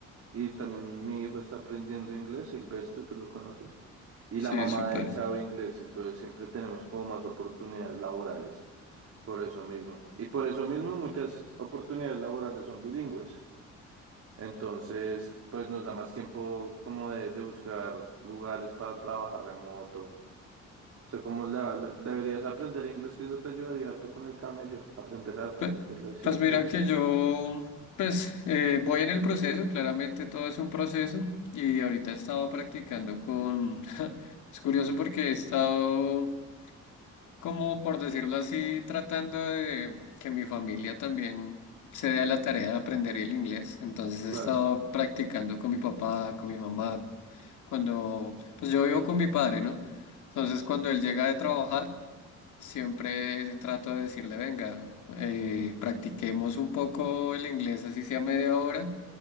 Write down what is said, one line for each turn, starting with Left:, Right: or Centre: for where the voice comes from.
Right: y también mi hijo está aprendiendo inglés, Silvestre, tú lo conoces, y
Left: Sí,
Right: la mamá
Left: súper.
Right: de él sabe inglés, entonces siempre tenemos como más oportunidades laborales por eso mismo. Y por eso mismo muchas oportunidades laborales son bilingües, entonces pues nos da más tiempo como de, de buscar lugares para trabajar remoto. O sea, como le- le- deberías aprender inglés, que eso te ayudaría harto con el camello, aprender harto,
Left: Pues,
Right: meterle así
Left: pues
Right: full.
Left: mira que yo, pues eh, voy en el proceso, claramente todo es un proceso y ahorita he estado practicando con, <laughs> es curioso porque he estado como por decirlo así, tratando de que mi familia también se dé a la tarea de aprender el inglés, entonces he
Right: Claro.
Left: estado practicando con mi papá, con mi mamá, cuando, pues yo vivo con mi padre, ¿no? Entonces cuando él llega de trabajar, Siempre trato de decirle, venga, eh, practiquemos un poco el inglés, así sea media hora,